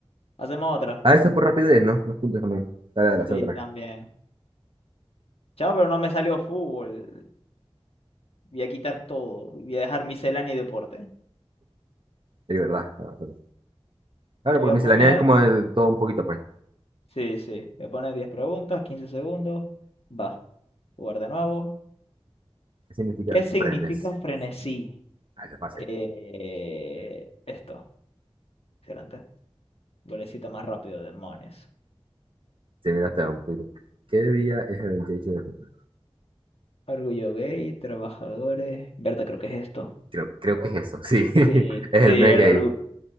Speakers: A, on the left; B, on the right.
A: ¿Hacemos otra?
B: Ah, eso es por rapidez, ¿no? Los puntos también. Dale, dale, hacer
A: Sí,
B: otra
A: también.
B: vez.
A: Chao, pero no me salió fútbol. Voy a quitar todo. Voy a dejar miscelánea y deporte.
B: Es verdad. Ah, sí. Claro,
A: Y voy
B: porque
A: a
B: miscelánea
A: poner...
B: es como de todo un poquito, pues.
A: Sí, sí. Voy a poner 10 preguntas, 15 segundos. Va. Jugar de nuevo.
B: ¿Qué significa
A: ¿Qué significa
B: prendes?
A: frenesí?
B: Ah, eso es fácil.
A: Eh, esto. Excelente. Golecito más rápido, demonios.
B: Se viene hasta un poquito. ¿Qué día es el 28 de junio?
A: Orgullo gay, trabajadores. Berta, creo que es esto.
B: Creo, creo que es eso, sí. <laughs>
A: Sí,
B: Es
A: sí,
B: el
A: era
B: mes gay.
A: orgu-